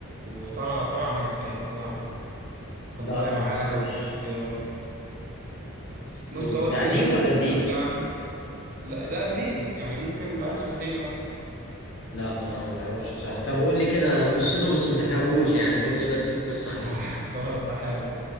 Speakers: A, on the right; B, on the left.
A: وطلع طلع عماد ايوه طلع عماد كان
B: لا
A: طالع
B: ما
A: معاه
B: شفتوش
A: كذا حد كده برضه
B: ما شفتوش
A: بص هو
B: ده
A: الفيلم
B: قديم ولا
A: قصته
B: جديد
A: يعني لا ده جديد يعني ممكن بقاله سنتين مثلا
B: لا ما اعرفش بصراحة طب قول لي كده قصته بس ما تحرقوش يعني قول لي بس القصة عن ايه
A: <laughs> خلاص هحاول